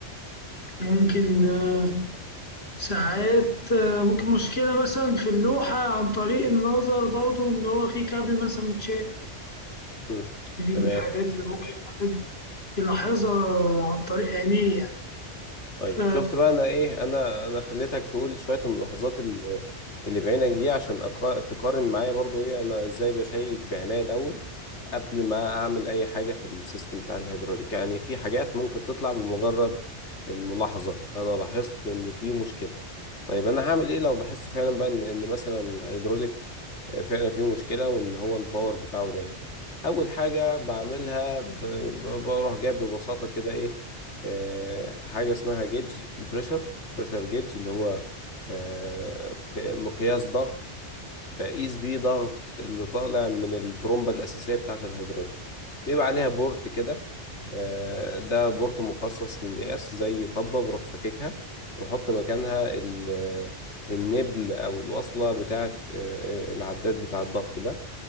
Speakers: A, on the left; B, on the left.
A: ممكن آه، ساعات آه، ممكن مشكلة مثلا في اللوحة عن طريق النظر برضو إن هو في كابل مثلا متشال
B: مم.
A: دي
B: تمام
A: من الحاجات اللي ممكن الواحد يلاحظها عن طريق عينيه يعني
B: طيب
A: ف
B: شفت بقى انا ايه انا انا خليتك تقول شويه الملاحظات اللي, اللي بعينك دي عشان أقا- تقارن معايا برضو ايه انا ازاي بشيك بعناية الاول قبل ما اعمل اي حاجه في السيستم بتاع الهيدروليك يعني في حاجات ممكن تطلع بمجرد الملاحظه انا لاحظت ان في مشكله طيب انا هعمل ايه لو لاحظت فعلا بقى ان ان مثلا الهيدروليك آه، فعلا فيه مشكله وان هو الباور بتاعه ضعيف اول حاجه بعملها ب- ب- بروح جايب ببساطه كده ايه آه، حاجة اسمها جيج بريشر بريشر جيج اللي هو آه، ق- مقياس ضغط بقيس بيه ضغط اللي طالع من الترومبة الأساسية بتاعة الهيدروليك بيبقى عليها بورت كده آه، ده بورت مخصص للقياس زي طبة بروح فككها وأحط مكانها ال- النبل أو الوصلة بتاعة آه، العداد بتاع الضغط ده